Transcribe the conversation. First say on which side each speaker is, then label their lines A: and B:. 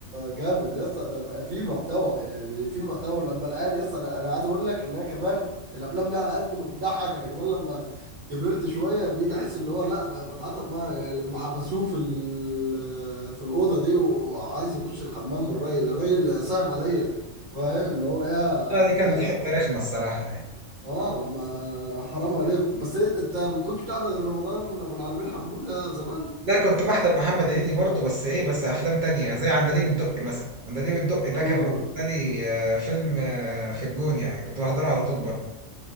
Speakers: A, on the right (about 85°); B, on the right (about 50°).
A: جامد يا اسطى ده بقى في محتوى يعني في محتوى ولما العيال يا اسطى انا أنا عايز اقول لك ان انا كمان الافلام دي على قد ما بتضحك انا كمان لما كبرت شويه بقيت احس اللي هو لا بقى بتعاطف معاه يعني لما حبسوه في ال- في الاوضه دي وعايز يخش الحمام الراجل الراجل صعب عليا فاهم اللي هو يا
B: لا دي
A: رجاله
B: كانت حته رخمه الصراحه يعني
A: اه ما حرام عليكم بس إيه، انت ما كنتش بتاع ده غير رمضان ابو العالمين حموده زمان
B: لا كنت بحضر محمد هنيدي برضه بس ايه بس افلام تانية زي عندليب الدقي مثلا عندليب الدقي ده
A: اه
B: كان بالنسبه لي آه، فيلم آه، في الجون يعني كنت بحضره على طول برضه